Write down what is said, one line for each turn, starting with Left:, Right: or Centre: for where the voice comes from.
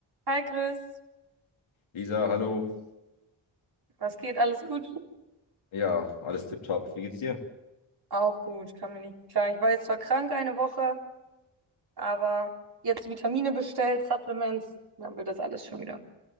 Right: Hi Chris,
Left: Lisa, hallo.
Right: was geht? Alles gut?
Left: Ja, alles tipptopp. Wie geht's dir?
Right: Auch gut, kann mir nicht klagen. Ich war jetzt zwar krank eine Woche, aber jetzt Vitamine bestellt, Supplements, dann wird das alles schon wieder.